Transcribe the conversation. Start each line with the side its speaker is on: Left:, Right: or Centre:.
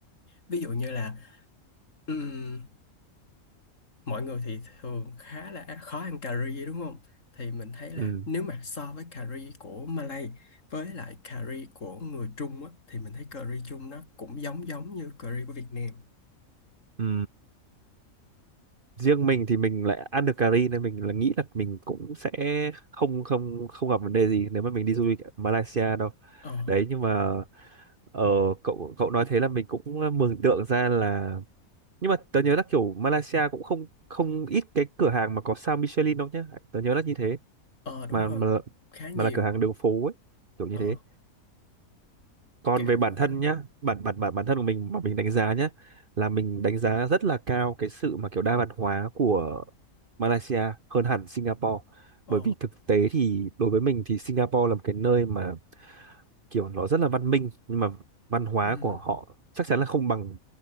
Left: ví dụ như là ừm, mọi người thì thường khá là khó ăn cà ri đúng không thì mình thấy là
Right: ừ
Left: nếu mà so với cà ri của Malay với lại cà ri của người Trung á, thì mình thấy cà ri Trung nó cũng giống giống như cà ri của Việt Nam
Right: ừ riêng mình thì mình lại ăn được cà ri nên mình là nghĩ là mình cũng sẽ không không không gặp vấn đề gì nếu mà mình đi du lịch ở Malaysia đâu
Left: ờ
Right: đấy nhưng mà ờ, cậu cậu nói thế là mình cũng ờ, mường tượng ra là nhưng mà tớ nhớ là kiểu Malaysia cũng không không ít cái cửa hàng mà có sao Michelin đâu nhá tớ nhớ là như thế
Left: ờ đúng
Right: mà
Left: rồi
Right: mà
Left: khá nhiều
Right: mà là cửa hàng đường phố ấy kiểu như
Left: ờ
Right: thế còn
Left: kiểu
Right: về bản thân nhá bản bản bản bản thân của mình mà mình đánh giá nhá là mình đánh giá rất là cao cái sự mà kiểu đa văn hóa của Malaysia hơn hẳn Singapore
Left: ờ
Right: bởi vì thực tế thì đối với mình thì Singapore là một cái nơi mà kiểu nó rất là văn minh nhưng mà văn hóa
Left: ừm,
Right: của họ chắc chắn là không bằng